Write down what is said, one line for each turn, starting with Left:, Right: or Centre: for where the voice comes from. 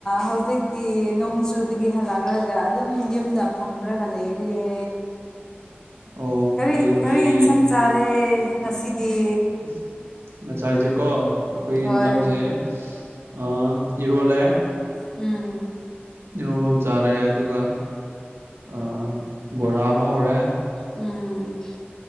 Left: ꯍꯧꯖꯤꯛꯇꯤ ꯅꯣꯡ ꯆꯨꯕꯒꯤ ꯍꯜꯂꯛꯔꯒ ꯑꯗꯨꯝ ꯌꯨꯝꯗ ꯐꯝꯔꯒ ꯂꯩꯔꯤꯌꯦ
Right: ꯑꯣ
Left: ꯀꯔꯤ
Right: ꯐꯩꯌꯦ ꯐꯩꯌꯦ
Left: ꯀꯔꯤ ꯏꯟꯁꯥꯡ ꯆꯥꯔꯦ ꯉꯁꯤꯗꯤ?
Right: ꯑꯁ ꯉꯁꯥꯏꯁꯦꯀꯣ ꯑꯩꯈꯣꯏꯒꯤ
Left: ꯍꯣꯏ
Right: ꯏꯟꯖꯥꯡꯁꯦ ꯑꯥ ꯏꯔꯣꯜꯂꯦ
Left: ꯎꯝ
Right: ꯏꯔꯣꯝꯕ ꯑꯃ ꯆꯥꯔꯦ ꯑꯗꯨꯒ ꯑꯥ ꯕꯣꯔꯥ ꯑꯃ ꯍꯧꯔꯦ
Left: ꯎꯝ